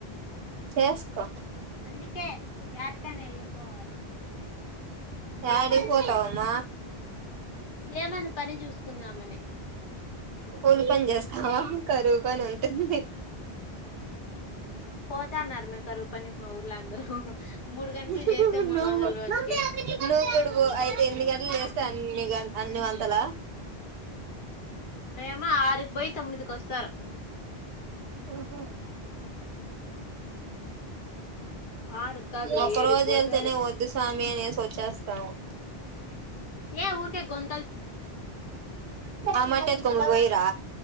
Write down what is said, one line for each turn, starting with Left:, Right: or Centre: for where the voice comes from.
Right: చేసుకో
Left: అందుకే జటకం వెళ్ళిపోవాలి
Right: యాడికి పోతవంమ్మ
Left: ఏమనా పని చూసుకుందామని
Right: పూలు పని చేస్తా కరువు పని ఉంటుంది
Left: పోత నర్మే కరు ప్పని మా ఊర్ళ అందరూ మూడు గంటలు
Right: నువ్వు
Left: చేస్తే మూడు వందల రోజుకి
Right: నువ్వు కూడా పో అయితే ఎన్ని గంటలు లేస్తే అన్ని గంట అన్ని వందల
Left: ఏమో ఆరుకి పోయి తొమ్మిదికిస్తరు
Right: ఆహా
Left: ఆరుకి కాదులే
Right: ఒకరోజు
Left: ఏడుకి పోతారు
Right: వెళ్తేనే వద్దు స మానేసి వచ్చేస్తాము
Left: ఏ ఊర్క గొం
Right: ఆ మట్ట ఎత్కు పోయిరా